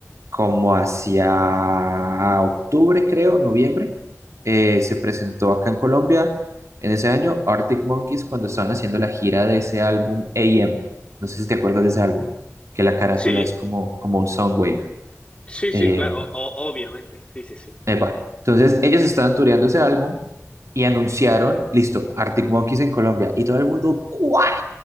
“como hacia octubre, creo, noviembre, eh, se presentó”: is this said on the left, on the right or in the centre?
Right